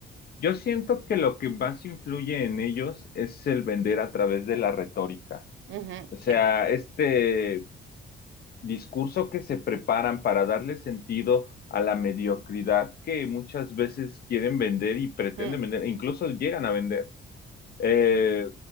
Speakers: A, on the left (about 50°); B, on the right (about 75°).
A: yo siento que lo que más influye en ellos es el vender a través de la retórica.
B: Ujú,
A: O sea,
B: sí,
A: este discurso que se preparan para darle sentido a la mediocridad que muchas veces quieren vender y pretenden
B: mm,
A: vender, e incluso llegan a vender. Eh,